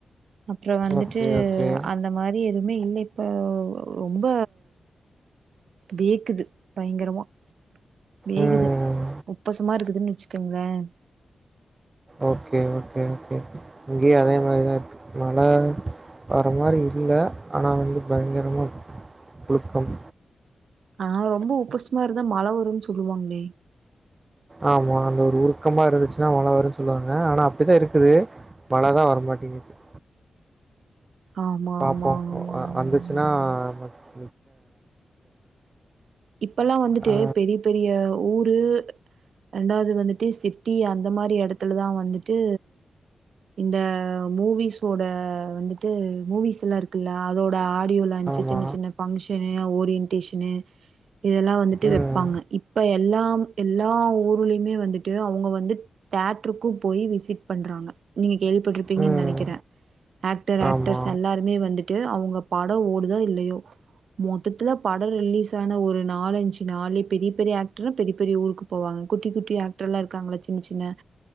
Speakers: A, on the right; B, on the right.
A: அப்புறம் வந்துட்டு
B: ஓகே ஓகே
A: அந்த மாதிரி எதுவுமே இல்ல இப்ப ரொம்ப வேக்குது பயங்கரமா வேகுது
B: ம்
A: உப்பசமா இருக்குதுன்னு வெச்சுக்கங்களேன்
B: ஓகே ஓகே ஓகே இங்கயும் அதே மாதிரிதான் இருக்கு மழ வர மாதிரி இல்ல ஆனா வந்து பயங்கரமா புழுக்கம்
A: ஆ ரொம்ப உப்பசமா இருந்தா மழ வரும்ன்னு சொல்லுவாங்களே
B: ஆமா அந்த ஒரு உருக்கமா இருந்துச்சுன்னா மழ வரும்ன்னு சொல்லுவாங்க ஆனா அப்படித்தான் இருக்குது மழ தான் வர மாட்டீங்குது
A: ஆமா
B: பாப்போம்
A: ஆமா ஆமா ஆமா
B: வந்துச்சுன்னா
A: ஆமா
B: <inaudible>
A: ஆமா இப்பல்லாம் வந்துட்டு
B: ஆ,
A: பெரிய பெரிய ஊரு ரெண்டாவது வந்து சிட்டி அந்த மாதிரி இடத்துலதான் வந்துட்டு இந்த மூவிஸ்சோட வந்துட்டு மூவிஸ் எல்லாம் இரு க்குள்ள அதோட ஆடியோ லாஞ்ச்
B: ஆமா.
A: சின்ன சின்ன ஃபங்ஷனு ஓரியன்டேஷனு இதெல்லாம் வந்துட்டு
B: ம்.
A: வெப்பாங்க இப்ப எல்லாம் எல்லா ஊர்லையுமே வந்துட்டு அவங்க வந்து தேட்டருக்கும் போய் விசிட் பண்றாங்க நீங்க கேள்விப்பட்டிருப்பீங்கன்னு
B: ம்.
A: நெனைக்கிறேன் ஆக்டர் ஆக்டர்ஸ்
B: ஆமா.
A: எல்லாருமே வந்து ட்டு அவங்க படம் ஓடுதோ இல்லையோ மொத்தத்துல படம் ரிலீஸ் ஆன ஒரு நாலஞ்சு நாளே பெரிய பெரிய ஆக்டர் பெரிய பெரிய ஊருக்கு போவாங்க குட்டி குட்டி ஆக்டர் எல்லாம் இருக்காங்கள சின்ன சின்ன